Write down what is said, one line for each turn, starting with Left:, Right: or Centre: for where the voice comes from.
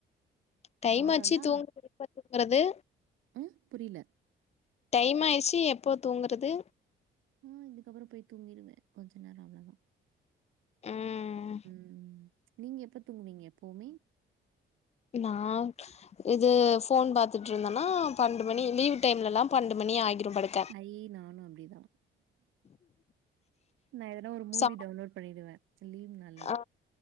Left: டைம்
Right: காரம்லாம்
Left: ஆச்சு தூங் <unintelligible> றது
Right: ம் புரியல
Left: டைம் ஆயிடுச்சு எப்போ தூங்குறது
Right: ஆ இதுக்கப்பறோ போய் தூங்கிருவே கொஞ்சோ நேரோ அவ்ளோதா
Left: ம்
Right: ம் நீங்க எப்ப தூங்குவீங்க எப்பவுமே
Left: நா இது ஃபோன் பாத்துட்டு இருந்தேனா பண்னென்டு மணி லீவ் டைம்ல எல்லா பண்னென்டு மணி ஆகிரு படைக்க
Right: ஐ நானு அப்டிதா நா எதனா ஒரு மூவி
Left: சா
Right: டவுன்லோட் பண்ணிடுவே லீவ் நாள்
Left: ஆ